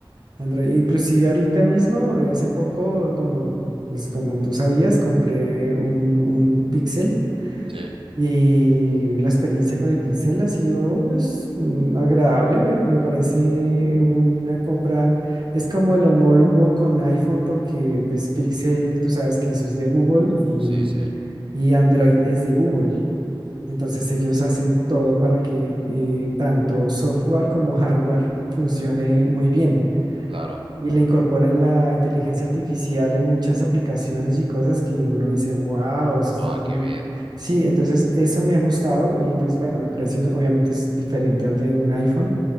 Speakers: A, on the right; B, on the right.
A: Android, inclusive ahorita mismo, eh, hace poco, como, pues como tú sabías, compré un, un Pixel
B: sí.
A: y la experiencia con el Pixel ha sido pues mm, agradable, me, me parece una compra, es como el homólogo con iPhone porque pues Pixel, tú sabes que eso es de Google y,
B: Sí, sí,
A: y Android es de Google. Entonces ellos hacen todo para que eh, tanto software como hardware funcione muy bien.
B: claro.
A: Y le incorporan la inteligencia artificial en muchas aplicaciones y cosas que uno dice, wow, eso está
B: Ah,
A: tremendo.
B: qué bien.
A: Sí, entonces eso me ha gustado y pues bueno, el precio es- obviamente es diferente al de un iPhone.